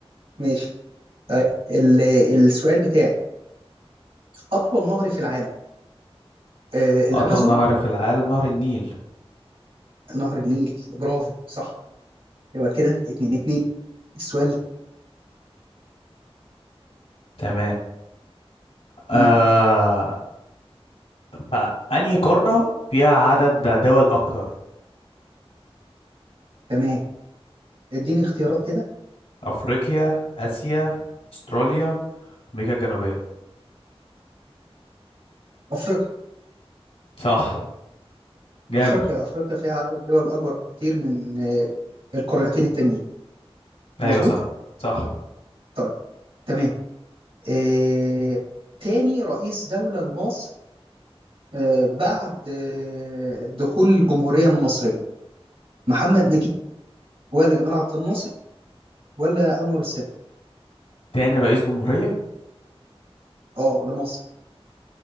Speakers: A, on the right; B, on the left.
A: ماشي طيب ال- السؤال بتاعي أطول نهر في العالم آه الأمازون
B: أطول نهر في العالم نهر النيل
A: نهر النيل برافو صح يبقى كده اتنين اتنين السؤال لي.
B: تمام آه
A: مم،
B: فأنهي قارة فيها عدد دول أكتر
A: تمام اديني اختيارات كده
B: أفريقيا آسيا أستراليا أمريكا الجنوبية
A: أفريقيا
B: صح جاب
A: أفريقيا أفريقيا فيها عدد دول أكبر بكتير من آه القارتين التانيين
B: أيوة
A: مظبوط
B: صح صح
A: طيب تمام آه تاني رئيس دولة لمصر آه بعد آه دخول الجمهورية المصرية محمد نجيب ولا جمال عبد الناصر ولا أنور السادات
B: تاني رئيس جمهورية
A: اه لمصر